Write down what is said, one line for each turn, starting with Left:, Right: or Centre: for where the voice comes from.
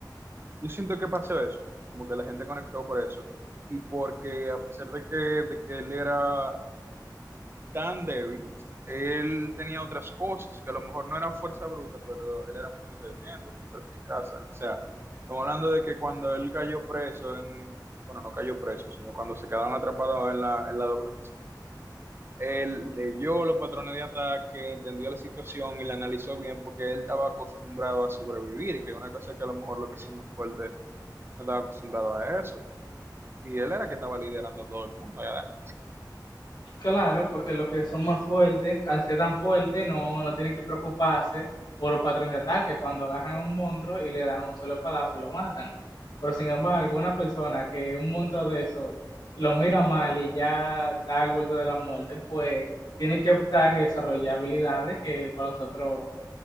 Right: yo siento que pasó eso, como que la gente conectó por eso. Y porque a pesar de que, de que él era tan débil. Él tenía otras cosas que a lo mejor no eran fuerza bruta, pero él era muy inteligente, muy perspicaz. O sea, estamos hablando de que cuando él cayó preso, en, bueno, no cayó preso, sino cuando se quedaron atrapados en la, en la doble. Él leyó los patrones de ataque, entendió la situación y la analizó bien porque él estaba acostumbrado a sobrevivir, que es una cosa que a lo mejor los que somos fuertes no estaba acostumbrado a eso. Y él era que estaba liderando a todo el mundo allá adentro.
Left: Claro, porque los que son más fuertes, al ser tan fuertes, no, no tienen que preocuparse por un patrón de ataque cuando agarran a un monstruo y le dan un solo palazo y lo matan. Pero sin embargo, una persona que un monstruo de eso lo mira mal y ya está al borde de la muerte, pues tiene que optar y desarrollar habilidades que para nosotros